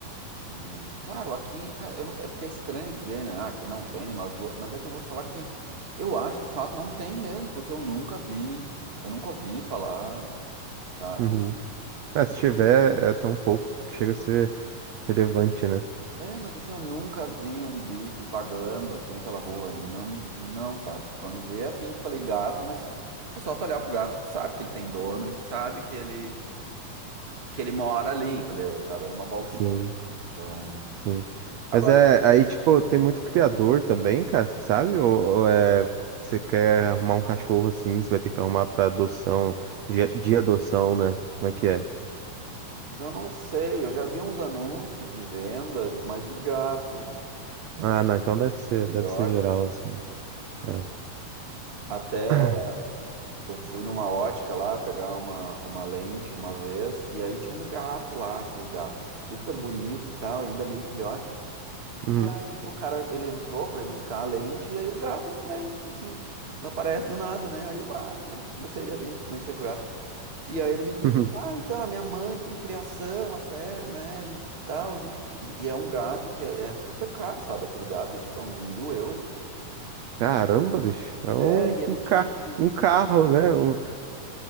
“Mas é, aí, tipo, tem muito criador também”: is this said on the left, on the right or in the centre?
Right